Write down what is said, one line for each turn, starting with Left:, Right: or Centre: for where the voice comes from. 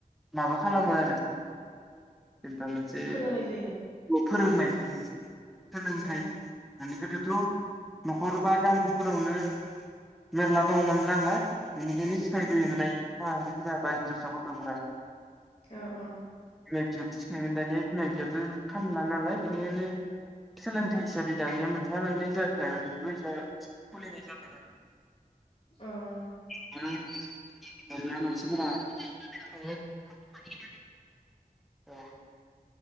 Centre: माबा खालामो आरो जों दा मोनसे
Left: फोरोंनाय जायो
Centre: फोरोंनाय जायो सोलोंथाइ
Left: ओ
Centre: माने गोदो थ' न'खर बा गामिफोरावनो मेरला दंमोन नालाय बिनिखायनो सिखायबोयो
Left: उम
Centre: <unintelligible> आरो फोरा बा हिनजावसा गथ' फोरा
Left: ओ अ
Centre: बिमा -बिफाया सिखायोमोन दाना बिमा बिफायाबो खामला नालाय बेनिखायनो सोलोंथाइ हिसाबै दानिया मोनफा मोननै जाहोनायाव बेफोर बायसा खुलिनाय जादों आरो
Left: ओं
Centre: <unintelligible> दानिया मानसिफोरा <unintelligible> औ